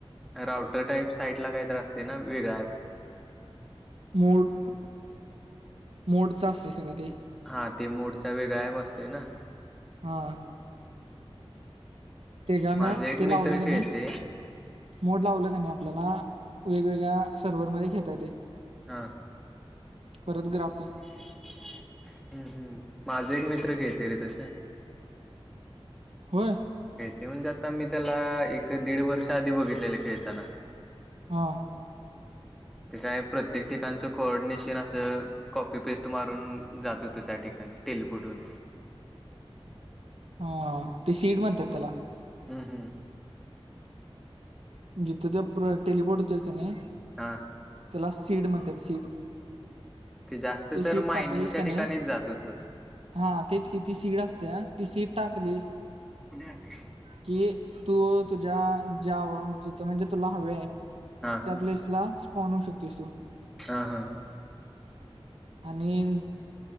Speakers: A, in the centre; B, on the right.
A: राऊटर टाईप साईटला काहीत असते ना वेगळां ऍप
B: मोड मोडच असत सगळं ते
A: हा ते मोडचा वेगळा आहे बसते ना
B: हा तेच्यान
A: माझा एक
B: ते लावलं
A: मित्र
B: क
A: खेळते
B: नाही मोड लावलं का नाही आपल्याला वेगवेगळ्या सर्व्हमध्येध्ये घेताात
A: हा
B: परत गरा
A: हम्म हम्म माझे एक मित्र खेळते रे तस
B: होय
A: तेऊन जाता मी त्याला एक दीड वर्ष आधी बघितलेले खेळताना
B: हा
A: ते काय प्रत्येक ठिकाणच कोऑर्डिनेशन असं कॉपी पेस्ट मारून जात होतं त्या ठिकाणी टेललीपडून
B: ह ते सीड म्हणतात त्याला
A: हम्म हम्म
B: जिथं ते टेलपोडतच ना
A: हा
B: त्याला सीड म्हणतात सीड
A: ते जास्त
B: सीड
A: तर मायनिंगच्या
B: टाकलीस का नाही
A: ठिकाणीच जात होत
B: हा तीच किती सीड असते ती सीड टाकलीस
A: पुण्यातील
B: की तू तुझ्या ज्या तिथं म्हणजे तुला हवे आहे
A: हां
B: त्या प्लेसला आणु शकोस तु
A: हा हा
B: आणि